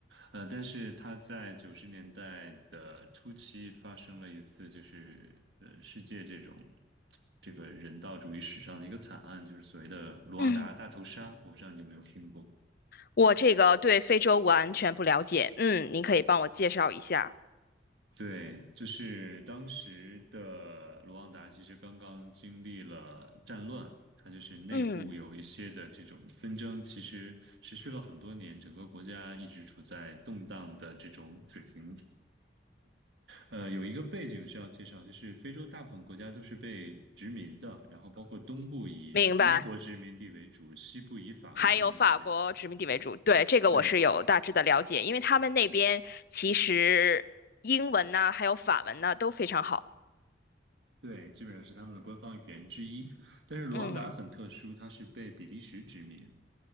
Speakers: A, on the right; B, on the left.
A: 呃，但是它在九十年代的初期发生了一次，就是呃，世界这种这个人道主义史上的一个惨案，就是所谓的卢旺达大屠杀。
B: 嗯，
A: 我不知道你有没有听过。
B: 我这个对非洲完全不了解。嗯，您可以帮我介绍一下。
A: 对，就是当时的卢旺达其实刚刚经历了战乱，它就是内部有一些的这种纷争，
B: 嗯，
A: 其实持续了很多年，整个国家一直处在动荡的这种水平。呃，有一个背景需要介绍，就是非洲大部分国家都是被殖民的，然后包括东部以英国殖民地为主，
B: 明白。
A: 西部以法国殖民地为主。
B: 还有法国殖民地为主，对，这个我是有大致的了解，
A: 对
B: 因为他们那边其实英文呐，还有法文呐，都非常好。
A: 对，基本上是他们的官方语言之一。但是卢旺达很特殊，
B: 嗯，
A: 它是被比利时殖民。